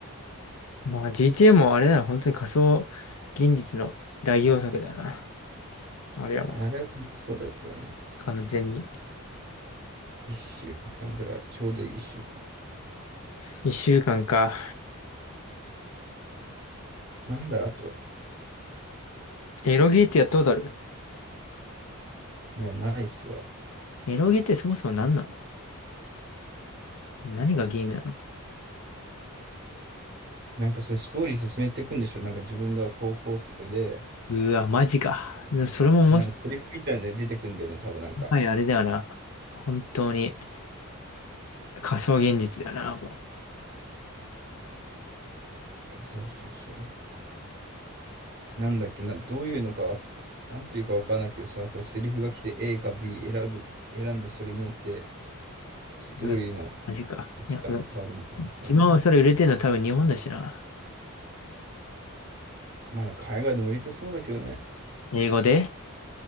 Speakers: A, on the left; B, on the right.
A: まあ GTA もあれだな、本当に仮想現実の代表作だよな。あれはもう
B: あれは楽しそうだけどね。
A: 完全に。
B: 1週間ぐらい。ちょうどいい1週間。
A: 一週間か。
B: なんだろう、あと。
A: エロゲーってやったことある
B: いや、ないっすわ。
A: エロゲーってそもそも何なの何がゲームなの
B: なんかそれストーリー進めていくんでしょなんか自分が高校生で、
A: うわ、マジか。でもそれももし、
B: でなんかセリフみたいなので出てくんだよね、多分なんか。
A: もはりあれだよな。本当に仮想現実だな、も
B: そうそうそう。なんだっけな、どういうのかはす、なんていうかわからないけどさ、これセリフが来て A か B 選ぶ、選んでそれによってストーリーの
A: う。うわマジか。
B: 生き方変わるみたいなさ。
A: いや、これ今はそれ売れてるの多分日本だしな。
B: まだ海外でも売れてそうだけどね。
A: 英語で